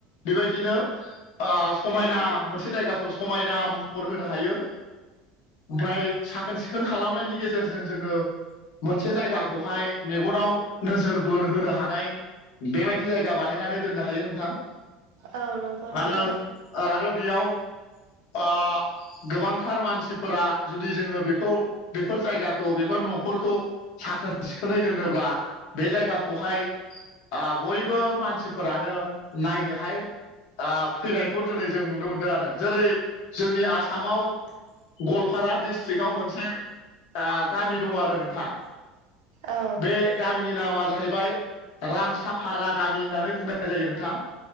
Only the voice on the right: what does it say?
औ नंगौ नोंथां
औ